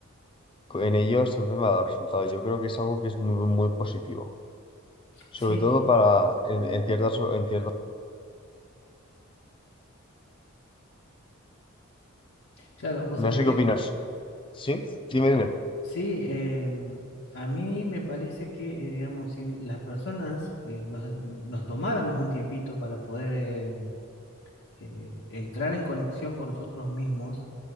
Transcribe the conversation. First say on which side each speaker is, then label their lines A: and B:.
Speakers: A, on the left; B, on the left.
A: en ello, siempre me ha dado resultado. Yo creo que es algo que es muy, muy positivo. Sobre
B: Sí,
A: todo para en, en ciertas, en ciertas.
B: claro, vos sabés
A: No sé
B: que
A: qué opinas. ¿Sí? Dime, dime.
B: sí, eh, a mí me parece que, eh, digamos, si las personas eh, nos, nos tomáramos un tiempito para poder eh, eh, entrar en conexión con nosotros mismos,